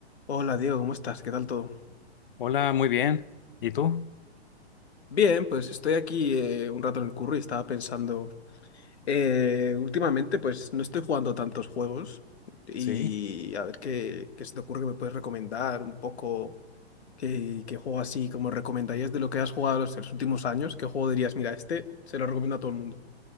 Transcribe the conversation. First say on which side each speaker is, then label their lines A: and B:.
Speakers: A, on the left; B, on the left.
A: Hola Diego, ¿cómo estás? ¿Qué tal todo?
B: Hola, muy bien. ¿Y tú?
A: Bien, pues estoy aquí eh, un rato en el curro y estaba pensando, eh, últimamente pues no estoy jugando tantos juegos y
B: Sí.
A: a ver qué, qué se te ocurre que me puedes recomendar un poco, qué, qué juego así como recomendarías de lo que has jugado los, los últimos años, qué juego dirías, mira, este se lo recomiendo a todo el mundo.